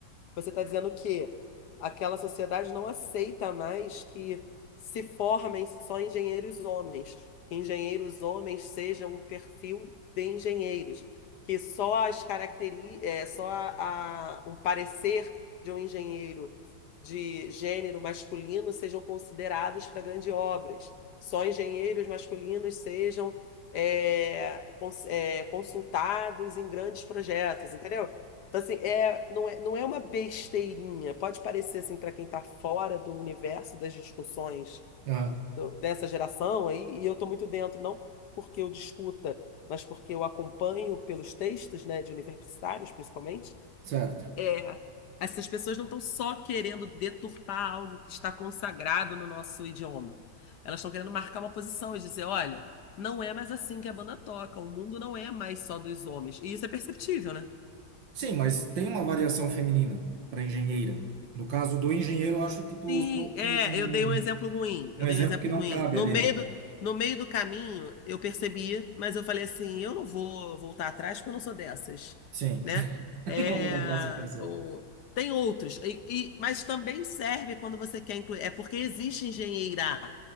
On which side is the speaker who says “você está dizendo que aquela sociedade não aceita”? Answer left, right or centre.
Left